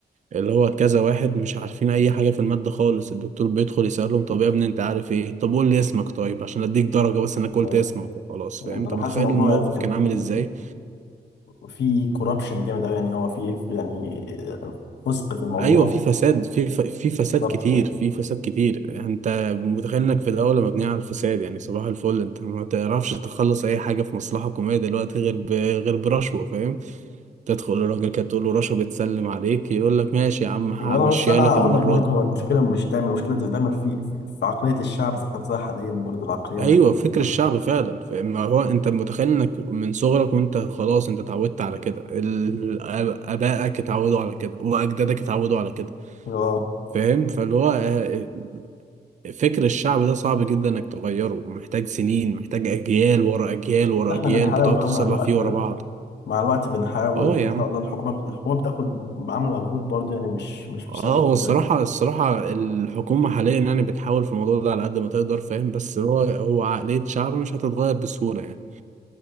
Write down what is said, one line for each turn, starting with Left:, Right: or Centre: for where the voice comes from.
Right: اللي هو كذا واحد مش عارفين أي حاجة في المادة خالص الدكتور بيدخل يسألهم طب يا ابني أنت عارف إيه طب قول لي اسمك طيب عشان أديك درجة بس أنا قلت
Left: يعني
Right: اسمك وخلاص فاهم
Left: انا
Right: أنت
Left: أنا
Right: متخيل
Left: حاسس الموضوع
Right: الموقف
Left: يعني كان
Right: كان
Left: فيه
Right: عامل إزاي
Left: في كوربشن جامد قوي يعني هو في يعني فسق في الموضوع
Right: ايوه في فساد في ف... في فساد
Left: بالظبط
Right: كتير
Left: كده
Right: في فساد كتير انت متخيل انك في دوله مبنيه على الفساد يعني صباح الفل انت ما تعرفش تخلص اي حاجه في مصلحه حكوميه دلوقتي غير ب... غير برشوه فاهم تدخل للراجل كده تقول له رشوه بتسلم عليك يقول لك ماشي يا عم همشيها
Left: وانا بس انا
Right: لك
Left: اقول
Right: المره
Left: لك برضه
Right: دي
Left: هو المشكله مش دايما المشكله زي دايما في في في عقليه الشعب ذات نفسها حاليا برضه العقليه
Right: ايوه
Left: مش
Right: فكر
Left: كده
Right: الشعب
Left: قوي
Right: فعلا فما هو انت متخيل انك من صغرك وانت خلاص انت اتعودت على كده ال- ابائك اتعودوا على كده واجدادك اتعودوا على كده
Left: اه
Right: فاهم فاللي هو آه، فكر الشعب ده صعب جدا انك تغيره محتاج سنين محتاج اجيال ورا اجيال ورا
Left: احنا
Right: اجيال
Left: بنحاول
Right: بتقعد
Left: اهو
Right: تصلح
Left: مع الوقت
Right: فيه ورا بعض
Left: مع الوقت بنحاول
Right: اه يا
Left: ان شاء
Right: عم
Left: الله الحكومه الحكومه بتاخد عامله مجهود برضه يعني مش مش
Right: اه
Left: مش سايبه
Right: هو الصراحة
Left: كده برضه
Right: الصراحة الحكومة حاليا يعني بتحاول في الموضوع ده على قد ما تقدر فاهم بس هو هو عقلية شعب مش هتتغير بسهولة يعني